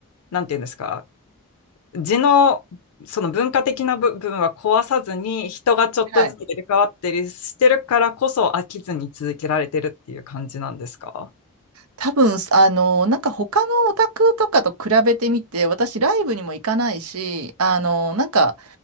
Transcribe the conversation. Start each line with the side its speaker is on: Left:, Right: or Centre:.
Left: なんていうんですか、地のその文化的な部分は壊さずに人がちょっとずつ入れ替わったりしてるからこそ飽きずに続けられてるっていう感じなんですか
Right: はい多分、あの、なんか他のオタクとかと比べてみて、私ライブにも行かないし、あの、なんか、